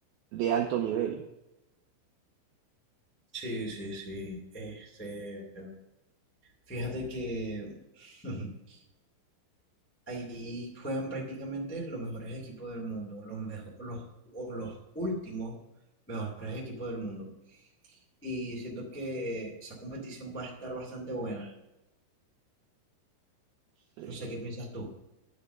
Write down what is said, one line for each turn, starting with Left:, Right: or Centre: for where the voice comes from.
Right: de alto nivel.
Left: Sí, sí, sí. Este, fíjate que <laughs> ahí juegan prácticamente los mejores equipos del mundo, los mejo- los, o los últimos mejores equipos del mundo. Y siento que esa competición va a estar bastante buena.
Right: Sí,
Left: No sé qué piensas tú.